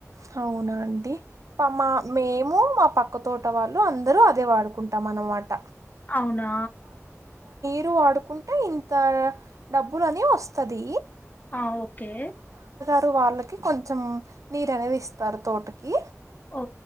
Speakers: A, on the right; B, on the left.
A: హావునా అండి. పా మా మేము, మా పక్క తోట వాళ్ళు అందరూ అదే వాడ్. కుంటాం అన్నమాట.
B: అవునా.
A: లు వాడుకుంటే ఇంత డబ్బులని ఓస్తది.
B: ఆ ఓకే.
A: త్ వాళ్ళకి కొంచెం, నీరు అనేది ఇస్తారు తోటకి.
B: ఓ